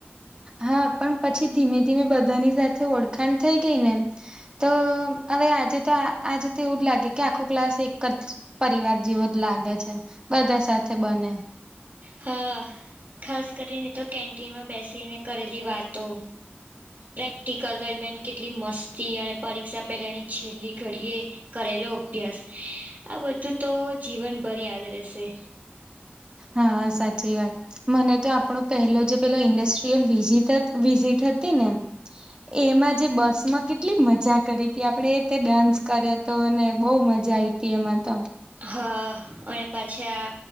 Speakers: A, on the right (about 25°); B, on the right (about 50°).
A: હા પણ પછી ધીમે ધીમે બધાની સાથે ઓળખાણ થઈ ગઈ ને એમ તો હવે આજે તો આજે તો એવું જ લાગે કે આખો ક્લાસ એક જ પરિવાર જેવો જ લાગે છે બધા સાથે બને
B: હા ખાસ કરીને તો કેન્ટીનમાં બેસીને કરેલી વાતો પ્રેક્ટિકલ દરમિયાન કેટલી મસ્તી અને પરીક્ષા પહેલાની છેલ્લી ઘડીએ કરેલો અભ્યાસ આ બધું તો જીવનભર યાદ રહેશે
A: હા સાચી વાત મને તો આપણો પહેલો જે પેલો ઇન્ડસ્ટ્રીયલ વિઝટ વિઝિટ હતી નેમ એમાં જે બસ માં કેટલી મજા કરી હતી આપણે તે ડાન્સ કર્યો હતો અને બહુ મજા આ આવી તી એમાં તો
B: હ અને પાછા